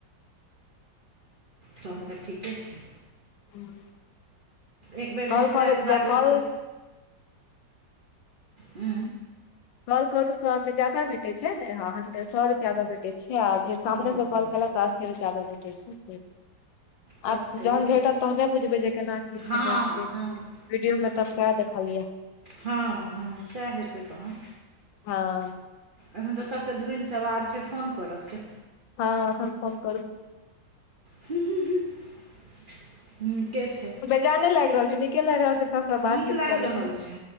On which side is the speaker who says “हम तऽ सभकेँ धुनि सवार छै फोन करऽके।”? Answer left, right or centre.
Right